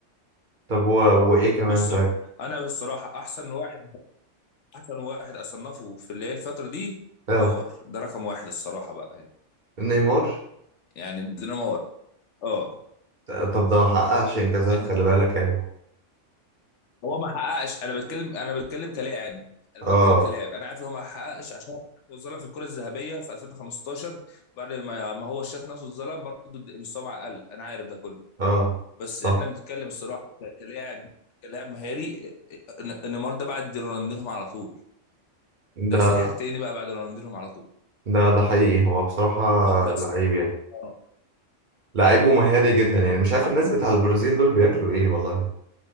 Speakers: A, on the right (about 45°); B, on the left (about 70°).
A: طب و... وايه كمان
B: بص
A: طيب
B: انا الصراحه احسن واحد احسن واحد اصنفه في اللي هي الفتره دي
A: اه
B: نيمار ده رقم واحد الصراحه بقى يعني
A: نيمار
B: يعني دينامار اه
A: طب ده ما حققش انجازات
B: يعني
A: خلي بالك يعني هو
B: هو ما حققش انا بتكلم انا بتكلم كلاعب انا بتكلم
A: اه
B: كلاعب انا عارف ان هو ما حققش عشان هو اتظلم في الكره الذهبيه في 2015 بعد ما ما هو شاف نفسه اتظلم برضه مستواه مع اقل انا عارف ده كله
A: اه
B: بس
A: صح
B: احنا بنتكلم الصراحه ك- كلاعب كلاعب مهاري ن- نيمار ده بعد رونالدينهم على طول ده
A: ده
B: ساحر تاني بقى بعد رونالدينهم على طول
A: ده ده حقيقي هو بصراحة
B: اه ده
A: لعيب
B: س-
A: يعني
B: آه،
A: لعيب ومهاري جدا يعني مش عارف
B: وعنده
A: الناس بتاع البرازيل دول بياكلوا
B: جدا
A: ايه والله